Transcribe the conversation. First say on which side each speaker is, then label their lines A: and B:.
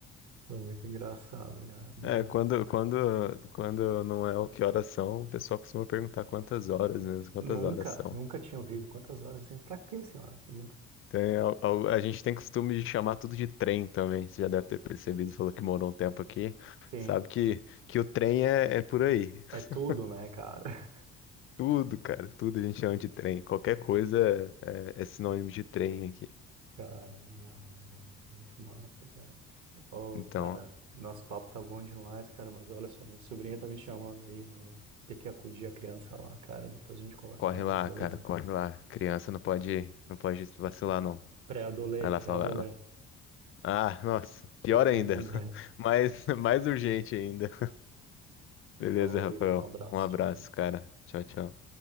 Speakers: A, on the right; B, on the left.
A: Foi muito engraçado, cara. Mas
B: É, é, quando, quando, quando não é o que horas são, o pessoal costuma perguntar quantas horas mesmo, quantas
A: nunca,
B: horas são.
A: nunca tinha ouvido quantas horas assim, para quê, senhora? Não-
B: Tem, al- al- a, gente tem costume de chamar tudo de trem também. Você já deve ter percebido, falou que morou um tempo aqui.
A: Sim,
B: Sabe que, que o trem é, é por aí. <laughs>
A: é tudo, né, cara?
B: Tudo, cara, tudo a gente chama de trem. Qualquer coisa é, é é sinônimo de trem aqui.
A: Cara, irado, ué, muito massa, cara. Ô,
B: Então,
A: cara, nosso papo tá bom demais, cara, mas olha só, minha sobrinha tá me chamando aí, mano. Ter que acudir a criança lá, cara. Depois a gente conversa
B: corre
A: mais,
B: lá,
A: beleza?
B: cara, corre lá. Criança não pode, não pode vacilar, não.
A: Pré-adolê,
B: Vai lá
A: pré-adolê.
B: salvar ela. Ah, nossa, pior
A: Pior
B: ainda.
A: ainda.
B: <laughs> Mais, mais urgente ainda. Beleza,
A: Falou,
B: Rafael.
A: Vitor, um abraço,
B: Um abraço,
A: tchau, cara.
B: cara. Tchau, tchau.